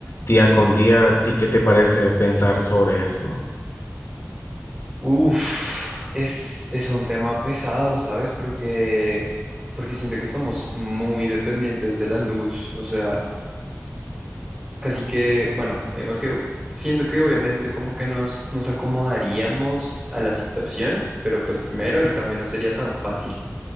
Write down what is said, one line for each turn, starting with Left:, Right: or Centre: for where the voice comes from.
Left: día con día? ¿A ti qué te parece pensar sobre eso?
Right: Uf, es, es un tema pesado, ¿sabes? Porque, porque siento que somos muy dependientes de la luz, o sea, casi que, bueno, digamos que siento que obviamente como que nos, nos acomodaríamos a la situación, pero pues primero el cambio no sería tan fácil,